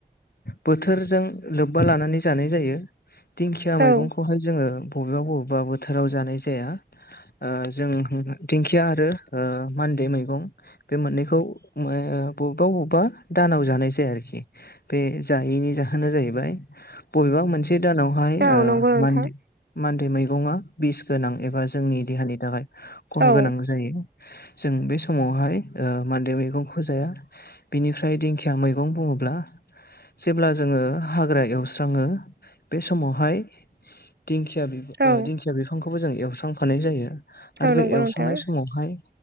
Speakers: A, on the left; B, on the right.
A: बोथोरजों लोब्बा लानानै जानाय जायो दिंखिया मैगंखौहाय
B: औ
A: जोङो। बबेबा बबेबा बोथोराव जानाय जाया ओ जों दिंखिया आरो मान्दे मैगं बे मोननैखौ ओ बबेबा बबेबा दानाव जानाय जाया आरोखि बे जायैनि जाहोना जाहैबाय बबेबा मोनसे बे दानावहाय
B: औ
A: ओ
B: नंगौ नोंथां
A: मान मानदै मैगंआ बिस गोनां एबा जोंनि देहानि थाखाय खहा
B: औ
A: गोनां जायो। जों बे समावहाय मान्दे मैगंखौ जाया। बिनिफ्राय दिंखिया मैगं बुङोब्ला। जेब्ला जोङो हाग्रा एवस्राङो बे समावहाय दिंखिया
B: औ
A: दिंखिया बिफांखौबो जों एवस्रांफानाय जायो आरो
B: औ नंगौ
A: बे एवस्रांनाय
B: नोंथां
A: समावहाय।